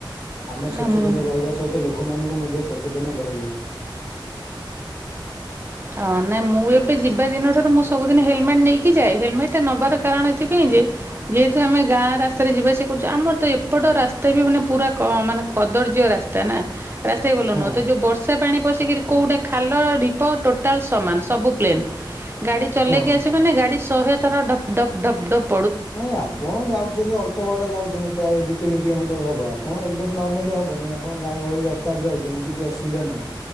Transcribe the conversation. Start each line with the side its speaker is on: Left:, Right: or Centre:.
Left: ଆମେ ସଚେତନ
Right: ନା ମୁଁ
Left: ରହିବା ସହିତ ଲୋକମାନଙ୍କୁ ମଧ୍ୟ ସଚେତନ କରାଇବା।
Right: ହଁ ନାଇଁ ମୁଁ ଏବେ ଯିବା ଦିନ ଠାରୁ ମୁଁ ସବୁଦିନ ହେଲମେଟ ନେଇକି ଯାଏ ହେଲମେଟ ଟା ନବାର କାରଣ ଏଥିପାଇଁ ଯେ ଯେହେତୁ ଆମେ ଗାଁ ରାସ୍ତାରେ ଯିବା ସେବା କରୁଛୁ ଆମର ତ ଏପଟ ରାସ୍ତା ବି ମାନେ ପୁରା ମାନେ କଦ ଦର୍ଯ୍ୟ ରାସ୍ତା ନା ରାସ୍ତା ଭଲ
Left: ହଁ
Right: ନୁହଁ ତ ଯୋଉ ବର୍ଷା ପାଣି ପଶିକିରି କୋଉଟେ ଖାଲ ଢିପ ଟୋଟାଲ ସମାନ ସବୁ ପ୍ଲେନ ଗାଡି ଚଲେଇକି
Left: ହଁ
Right: ଆସିବ ମାନେ ଗାଡି ଶହେ ଥର ଡପ୍ ଡପ୍ ଡପ୍ ଡପ୍
Left: ନାଇଁ ଆପଣ ଯାଉଛନ୍ତି ଅଳ୍ପ ବାଟ ଯାଉଛନ୍ତି ପ୍ରାୟ ଦି ତିନି କିଲୋମିଟର ହବ। ଆପଣ ହେଲମେଟ୍ ନେଲେ ହେବନି ଆପଣ ଗାଁ ଗହଳି ରାସ୍ତାରେ ଯାଉଛନ୍ତି କିଛି ଅସୁବିଧା ନାହିଁ।